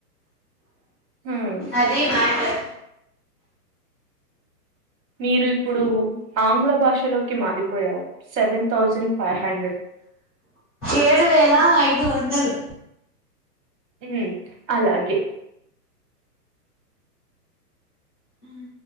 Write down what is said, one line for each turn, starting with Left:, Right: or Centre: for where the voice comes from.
Right: ఉమ్
Centre: అది మ్యాటర్
Right: మీరు ఇప్పుడు ఆంగ్ల భాషలోకి మారిపోయారు. సెవెన్ థౌజండ్ ఫైవ్ హండ్రెడ్
Centre: ఏడు వేల ఐదు వందలు.
Right: ఉ అలాగే
Centre: ఊ